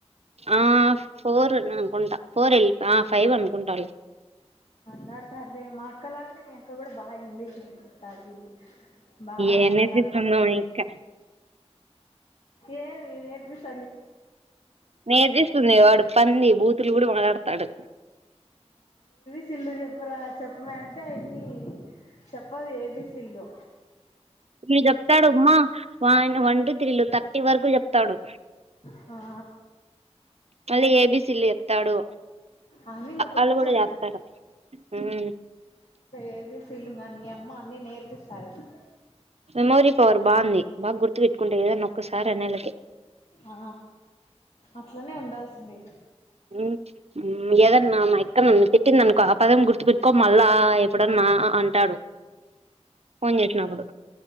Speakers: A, on the right; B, on the left.
A: ఆ ఫోర్ నేఅనుకుంటా ఫోర్ వెళ్ళి ఆ ఫైవ్ అనుకుంటాలే.
B: డతారులే మా అక్క లాగనే మీ అక్క కూడా బా ఇంగ్లీష్ నేర్పిత్తాది బా
A: ఏం
B: మాట్లాడుతా
A: నేర్పిస్తుందో ఇంకా
B: ఏవ్ నేనేర్పిస్స
A: నేర్పిస్తుంది వాడు పంది బూతులు కూడా మాట్లాడతాడు
B: మీ <unintelligible> తిల్లు చెప్పరా చెప్పమే అంటే ఆమ్మీ చెప్పదు ఏబిసీల్లు
A: వీడు చెప్తాడు ఉమ్మా వాన్ వన్ టు త్రీ లు థర్టీ వరకు చెప్తాడు
B: హా
A: మళ్ళీ ఏబిసిల్లు చెప్తాడు,
B: ఆమె ఇంగ కొంచెం
A: అఆలు కూడా చెప్తాడు
B: పెద్ద
A: మ్మ్.
B: ఏబీసిలుంగానీ అమ్మ అన్ని నేర్పిస్తాది
A: మెమోరీ పవర్ బాగుంది బాగా గుర్తు పెట్టుకుంటే ఏదన్నా ఒక్కసారి అనేలకి
B: ఆ అట్లనే ఉండాల్సిండే
A: మ్మ మ్మ్ ఏదన్నా మా <unintelligible> పెట్టిందనుకో ఆ పదం గుర్తు పెట్టుకో మళ్ళా ఎప్పుడన్నా అంటాడు ఫోన్ చేసినప్పుడు